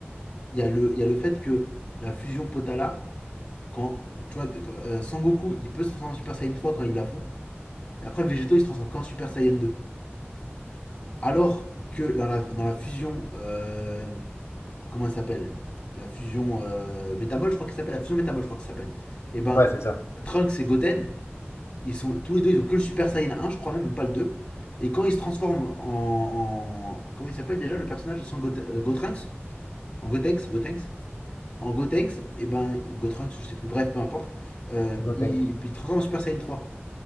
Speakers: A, on the left; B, on the left.
A: Il y, a le- il y a le fait que la fusion Potala, Quand, tu vois, euh, Sangoku, il peut se transformer en Super Saiyan 3 quand ils la font. Et après, Végéto, il se transforme qu'en Super Saiyan 2. Alors que dans la, dans la fusion. euh, comment elle s'appelle La fusion euh, Métamol, je crois qu'elle s'appelle. La fusion Métamol, je crois qu'elle s'appelle. Et ben,
B: Ouais, c'est ça.
A: Trunks et Goten, ils sont, tous les deux, ils ont que le Super Saiyan 1, je crois même, même pas le 2. Et quand ils se transforment en. en- comment il s'appelle déjà le personnage de son Gote- euh, Gotrunks En Gotenks, Gotenks en Gotenks, et ben, ou Gotrunks, je sais plus, bref, peu importe, euh,
B: Goten.
A: il, il transforme en Super Saiyan 3.